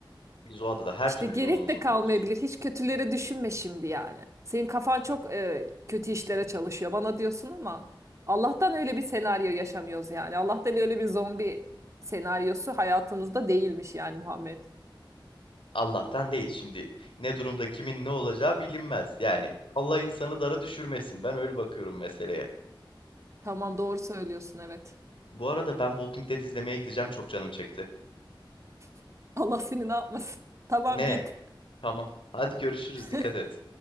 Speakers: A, on the left; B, on the right.
A: Biz o adada her
B: İşte
A: türlü
B: gerek
A: yolumuzu
B: de kalmayabilir.
A: buluruz.
B: Hiç kötülere düşünme şimdi yani. Senin kafan çok e, kötü işlere çalışıyor bana diyorsun ama Allah'tan öyle bir senaryo yaşamıyoruz yani. Allah'tan öyle bir zombi senaryosu hayatımızda değilmiş yani Muhammed.
A: Allah'tan değil. Şimdi ne durumda kimin ne olacağı bilinmez. Yani Allah insanı dara düşürmesin. Ben öyle bakıyorum meseleye.
B: Tamam doğru söylüyorsun evet.
A: Bu arada ben Walking Dead izlemeye gideceğim. Çok canım çekti.
B: <laughs> Allah seni ne yapmasın. Tamam
A: Ne?
B: git.
A: Tamam. Hadi görüşürüz. Dikkat
B: <laughs>
A: et.